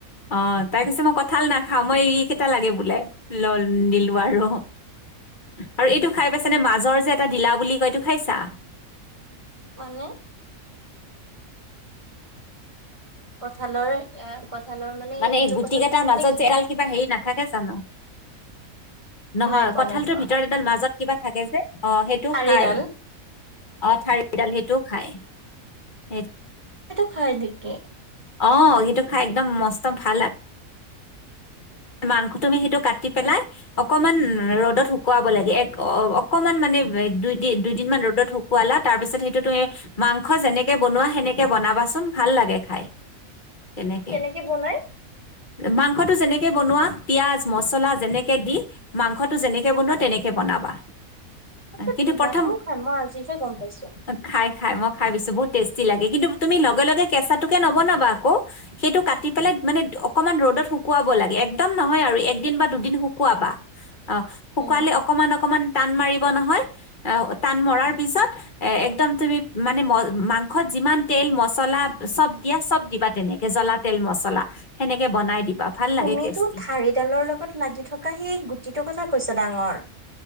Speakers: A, on the left; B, on the right.
A: অ', তাই কৈছে মই কঠাল নাখাও। মই এই কেইটা লাগে বোলে, দিলো আৰু। আৰু এইটো খাই পাইছ নে মাজৰ যে এটা দিলা বুলি কয় এইটো খাইছা?
B: মানে? কঠালৰ এ <unintelligible>
A: মানে
B: এইটো
A: এই গুটি
B: কথা
A: কেইটাৰ
B: কৈছা
A: মাজত
B: নে কি?
A: যে এডাল কিবা হেৰি নাথাকে জানো! নহয়
B: নাই পোৱা
A: কঠালটোৰ
B: নাই পোৱা
A: ভিতৰত এডাল মাজত কিবা থাকে যে, অ' সেইটো
B: ঠাৰিডাল
A: খাই। অ থঠাৰিডাল সেইটোও খায় সেই
B: সেইটো খাই নেকি?
A: অ', সেইটো খাই একদম মস্ত ভাল মাংস তমি সেইটো কাটি পেলাই অকমান ৰ'দত শুকোৱাব লাগে অ অকনমান মানে দুইদিন দুইদিন মান ৰ'দত শুকুৱালা তাৰ পিছত সেইটো তুমি মাংস যেনেকে বনোৱা সেনেকে বনাবাচোন ভাল লাগে খাই। তেনেকে
B: কেনেকে বনাই?
A: মাংসটো যেনেকে কেনেকে বনোৱা, পিয়াজ মচলা যেনেকে দি মাংসটো যেনেকে বনোৱা তেনেকে বনাবা।
B: আচ্ছা
A: কিন্তু
B: তিলাটোও
A: প্ৰথম
B: খাই মই আজিহে গম পাইছো
A: খাই খাই মই। খাই বেছি বহুত টেষ্টি লাগে। কিন্তু তুমি লগে লগে কেঁচাটোকে নবনাবা আকৌ, সেইটো কাটি পেলাই মানে, অকণমান ৰ'দত শুকুৱাব লাগে। একদম নহয় আৰু একদিন বা দুদিন শুকুৱাবা, অ' শুকুৱালে
B: উম।
A: অকণমান অকণমান, টান মাৰিব নহয়, টান মৰাৰ পিছত একদম তুমি মানে, মা মাংসত যিমান তেল মছলা চব দিয়া। চব দিবা তেনেকে জ্বলা তেল মছলা, হেনেকে। ক বনাই দিবা ভাল লাগে
B: যিতো
A: টেষ্টি
B: ঠাৰিডালৰ লগত লাগি থকা, সেই গুটিটোৰ কথা কৈছা ডাঙৰ?